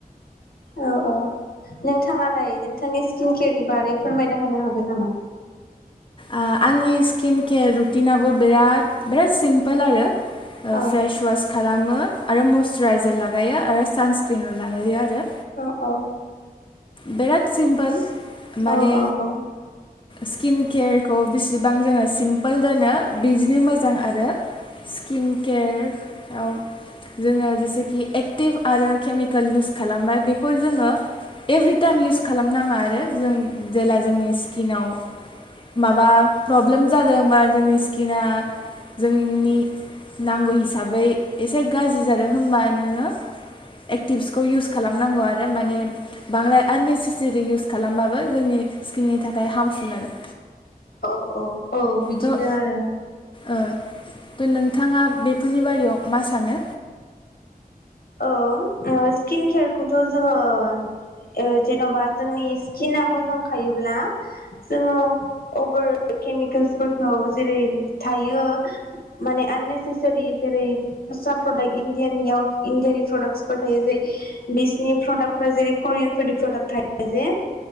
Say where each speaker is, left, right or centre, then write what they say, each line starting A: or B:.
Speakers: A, on the left (about 80°); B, on the left (about 35°).
A: औ औ नोंथाङालाय नोंथांनि स्किन केयारनि बारै फोरमायना होनो हागोन नामा?
B: आह आंनि स्किन केयार रुटिनाबो बिराद बिराद सिमपोल आरो।
A: औ
B: फेस वास खालामो आरो मयस्चुराइजार ला लागायो आरो सानस्क्रिनल' लागायो आरो।
A: अह औ
B: बिराद सिम्पोल माने
A: औ औ
B: स्किन केयारखौ बिसिबां जोङो सिमपोल दोनो बिदिनो मोजां आरो स्किन केयाराव जोङो जेसेखि एक्टिभ आरो केमिकेल इउस खालामबाय बेखौ जोङो एभ्रिटाइम इउस खालामनाङा आरो जों जेला जोंनि स्किनाव माबा प्रब्लेम जादोंबा जोंनि स्किना जोंनि नांगौ हिसाबै एसे गाज्रि जादों होनबानो एक्टिभ्सखौ इउस खालामनांगौ आरो माने बांद्राय आननेसेसेरि इउस खालामबाबो जोंनि स्किननि थाखाय हार्मफुल आरो
A: अह अह औ बिदिनो
B: थ'
A: आरो
B: ओ त' नोंथाङा बेफोरनि बारियाव मा सानो?
A: अ ओ स्किन खेेयार खौ थ‌' जोङो जेनबा जोंनि स्किना मोजांखायोब्ला जोङो अबोर केमिकेल्सफोरखौ जेरै थायो माने आननेसेसारि जेरै दस्रा प्रडाक्ट इन इण्डिाननि आउट अफ इण्डिया नि प्रडाक्टसफोर थायो जे बिसिनि प्रडाक्ट फोर्रा जेरै करियान फोरनि प्रडाक्ट थायो जे